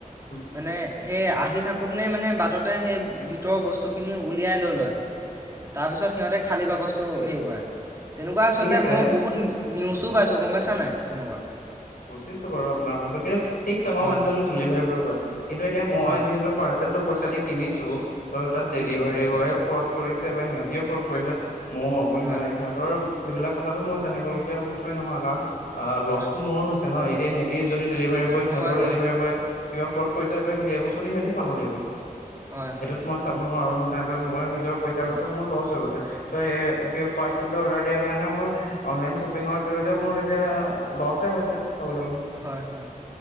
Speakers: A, on the left; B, on the right.
A: উম উম
B: মানে
A: উম
B: সেই আহি থাকো থাকোতেনেই মানে বাটতে সেই ভিতৰৰ বস্তুখিনি উলিয়াই লৈ লয়, তাৰপিছত সিহঁতে খালী বাকচটো হেৰি কৰে। তেনেকুৱা আচলতে
A: ঠিক আছে
B: মই বহুত নি নিউজ তো পাইছোঁ গম পাইছাে নাই, তেনেকুৱা।
A: বুজিছো বাৰু আপোনাৰ কথাটো, কিন্তু ঠিকছে মই
B: হয়
A: মানি
B: হয়
A: ললো ডেলিভাৰী বয়ে কৰে। কিন্তু এতিয়া মই
B: হয় হয়।
A: যিহেতু পাৰ্চেলতটো পইচা দি কিনিছো ত' তাত ডেলিভাৰী
B: নিশ্চয় নিশ্চয়
A: বয়ে ফ্ৰড কৰিছি বা সিহঁতিয়ে ফ্ৰত কৰিছে মোৰ অব সিহঁ-সিহঁতৰ
B: হয়
A: সেইবিলাক কথাতটো মই জানিবলগীয়া বিষয়ে নহয়, কাৰণ আ', লছ
B: হয়
A: তো মোৰো হৈছ হয় এতিয়া সিহঁতি যদি ডেলিভাৰী বয়,
B: এইটো
A: সিহঁতৰ
B: হয় বাৰু
A: ডেলিভাৰী বয়ে কিবা ফ্ৰড কৰিছে ত সেই বস্তুটো সিহঁতি চাব লাগিব।
B: হয়
A: সেইটোত
B: হয়
A: মই চাব নোৱাৰো নহয়। একম মই নি নিজৰ পইচা
B: হয়
A: গৈছে মোৰ লচ হৈ গৈছে। ত স সেই পাৰ্চেল অৰ্ডাৰ দিয়াৰ কাৰণে মোৰ অনলাইন শ্বপিংৰ জৰিয়তে মোৰ এতিয়া লচ হৈছে। চাবলৈ গ'লে
B: হয়-হয়